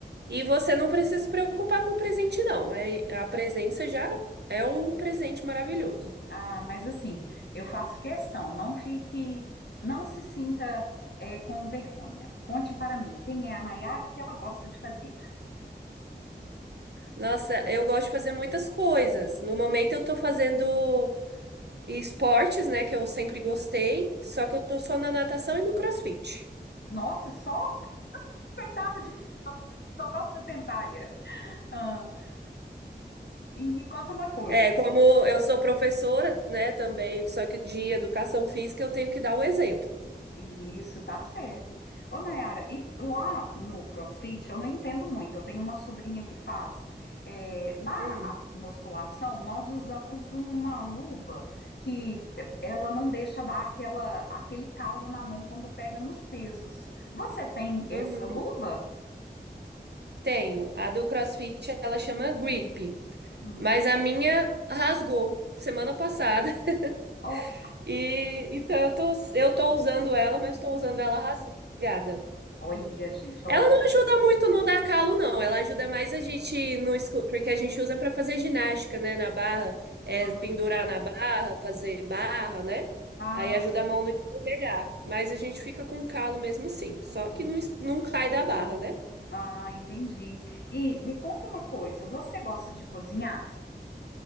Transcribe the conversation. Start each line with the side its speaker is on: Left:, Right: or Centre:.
Right: e você não precisa se preocupar com o presente, não. É, a presença já é um presente maravilhoso.
Left: Ah, mas assim, eu faço questão, não fique, não se sinta eh, com vergonha. Conte para mim quem é a Nayara, o que ela gosta de fazer.
Right: Nossa, eu gosto de fazer muitas coisas. No momento eu tô fazendo esportes, né, que eu sempre gostei, só que eu tô só na natação e no CrossFit.
Left: Nossa, só coitada de mim, sou tão sedentária. Ah, e me conta uma coisa,
Right: É, como eu sou professora, né, também, só que de educação física eu tenho que dar o exemplo.
Left: Isso, tá certo. Ô, Nayara, e lá no CrossFit, eu não entendo muito. Eu tenho uma sobrinha que faz. é, na
Right: Hum,
Left: a- musculação, nós usamos uma luva que é, ela não deixa dar aquela, aquele calo na mão quando pega nos pesos. Você tem essa
Right: uhum,
Left: luva?
Right: tenho. A do CrossFit, ela chama Grip,
Left: Hum.
Right: mas a minha rasgou semana passada. <laughs>
Left: Ó,
Right: E então eu tô, eu tô usando ela, mas tô usando ela rasgada.
Left: olha, gente, ó.
Right: Ela não ajuda muito no dar calo, não. Ela ajuda mais a gente no escu- porque a gente usa para fazer ginástica, né? Na barra, é,
Left: Aham.
Right: pendurar na barra, fazer barra, né?
Left: Ah,
Right: Aí ajuda
Left: sim.
Right: a mão não escorregar. Mas a gente fica com calo mesmo assim. Só que
Left: Hum.
Right: não, es- não cai da barra, né?
Left: Ah, entendi. E me conta uma coisa, você gosta de cozinhar?